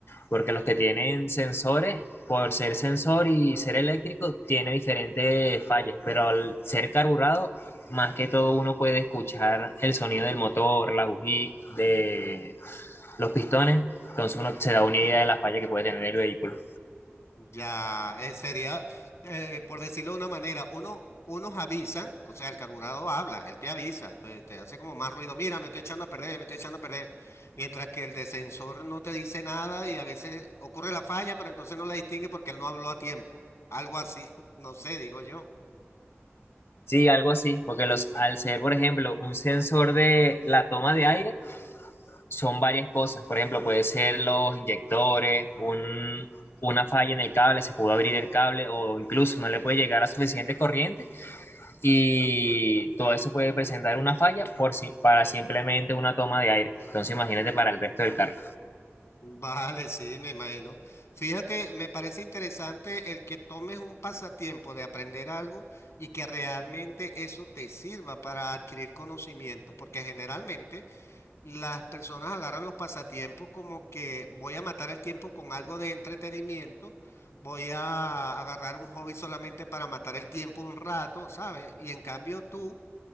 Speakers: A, on the left; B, on the left.
A: porque los que tienen sensores, por ser sensor y ser eléctrico, tiene diferentes fallas, pero al ser carburado, más que todo uno puede escuchar el sonido del motor, la bujía, de los pistones, entonces uno se da una idea de la falla que puede tener el vehículo.
B: Ya, eh, sería, eh, por decirlo de una manera, uno, unos avisan, o sea, el carburado habla, él te avisa, te, te hace como más ruido, mira, me estoy echando a perder, me estoy echando a perder, mientras que el de sensor no te dice nada y a veces ocurre la falla, pero entonces no la distingue porque él no habló a tiempo, algo así, <laughs> no sé, digo yo.
A: Sí, algo así, porque los, al ser, por ejemplo, un sensor de la toma de aire, son varias cosas. Por ejemplo, puede ser los inyectores, un, una falla en el cable, se pudo abrir el cable o incluso no le puede llegar a suficiente corriente y todo eso puede presentar una falla por, si- para simplemente una toma de aire. Entonces imagínate para el resto del carro.
B: Vale, sí, me imagino. Fíjate, me parece interesante el que tomes un pasatiempo de aprender algo y que realmente eso te sirva para adquirir conocimiento, porque generalmente las personas agarran los pasatiempos como que voy a matar el tiempo con algo de entretenimiento, voy a agarrar un hobby solamente para matar el tiempo un rato, ¿sabes? Y en cambio tú